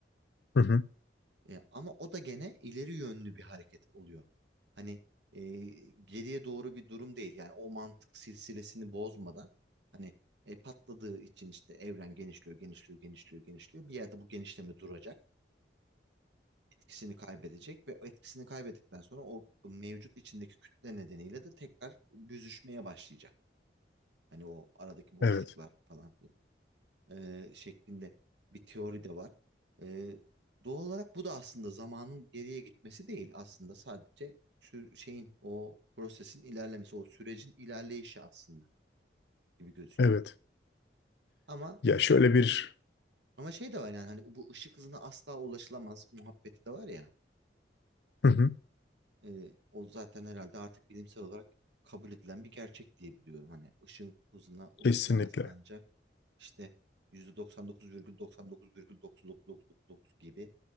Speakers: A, on the left; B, on the right.
A: Hı hı.
B: E, ama o da gene ileri yönlü bir hareket oluyor. Hani e, geriye doğru bir durum değil. Yani o mantık silsilesini bozmadan hani e, patladığı için işte evren genişliyor, genişliyor, genişliyor, genişliyor. Bir yerde bu genişleme duracak, etkisini kaybedecek ve o etkisini kaybettikten sonra o mevcut içindeki kütle nedeniyle de tekrar büzüşmeye başlayacak. Hani o aradaki boşluklar
A: Evet.
B: falan filan e, şeklinde bir teori de var. E, doğal olarak bu da aslında zamanın geriye gitmesi değil aslında sadece sü- şeyin o prosesin ilerlemesi, o sürecin ilerleyişi aslında gibi gözüküyor.
A: Evet.
B: Ama
A: Ya şöyle bir...
B: ama şey de var yani hani bu ışık hızına asla ulaşılamaz muhabbeti de var ya.
A: Hı hı.
B: Ee, o zaten herhalde artık bilimsel olarak kabul edilen bir gerçek diye biliyorum. Hani ışın hızına ulaşılamaz
A: Kesinlikle.
B: ancak işte %99,99,999999 gibi